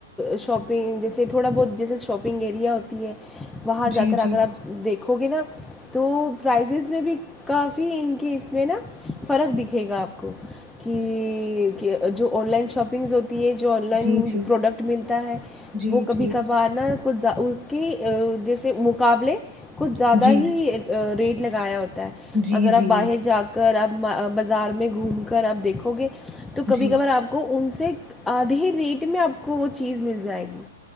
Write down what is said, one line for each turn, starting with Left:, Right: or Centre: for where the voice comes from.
Centre: شاپنگ جیسے تھوڑا بہت جیسے شاپنگ ایریا ہو ت باہر
Right: جی
Centre: جا کر
Right: جی
Centre: آگر آپ دیکھیں وگے نا تو پرائزز میں بھی کافی ان کے اس میں نا فرق دکھے گا آپ کو کہ جو آن لائن شاپنگز ہو ہے جو آن لائن
Right: جی جی
Centre: پروڈکٹ ملتا ہے
Right: جی
Centre: وہ کبھی
Right: جی
Centre: کبھار نہ کچھ اس جیسے مقابلے کچھ زیادہ
Right: جی
Centre: ہی ریٹ لگایا ہوتا
Right: جی
Centre: اگر
Right: جی
Centre: آپ باہر جا کر اب بازار میں گھوم کر اب دیکھو گے تو
Right: جی
Centre: کبھی کبار آپ کو ان سے آدھے ریٹ میں آپ کو وہ چیز مل جائے گی